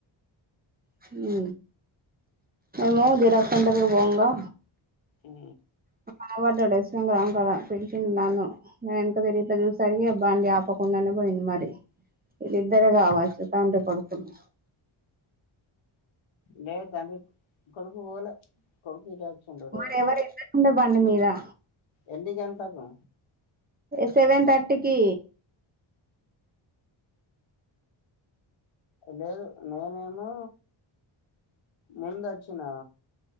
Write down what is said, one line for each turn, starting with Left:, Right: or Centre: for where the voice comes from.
Right: హు మేము జిరాక్స్ సెంటర్ కు పోంగా
Left: హు
Right: కనబడ్డాడు ఎస్ పి ఎం గ్రౌండ్ కాడ పిలిచిండు నన్ను నేను వెనుక తిరిగి ఇట్లా చూసిసరికి బండి ఆపకుండానే పోయి మరి వీళ్లిద్దరే కావచ్చు తండ్రి కొడుకులు
Left: లే తండ్రి కొడుకు పోలే కొడుకు ఎట్టే వచ్చిండు డైరె
Right: మరి ఎవరు ఇద్దరు ఉండే బండి మీదా
Left: ఎందుకంటారు
Right: సెవెన్ తర్టీకి
Left: లేదు నేనేమో ముందు వచ్చినా